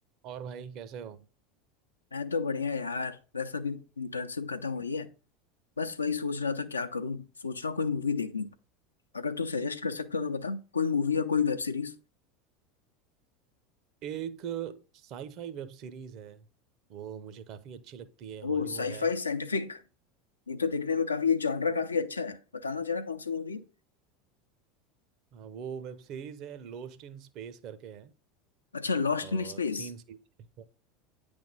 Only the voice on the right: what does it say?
और भाई कैसे हो
एक साईफाई वेब सीरीज है वो मुझे काफ़ी अच्छी लगती है हॉलीवुड
है
हाँ, वो वेब सीरीज है लोस्ट इन स्पेस करके है
और
तीन सीजन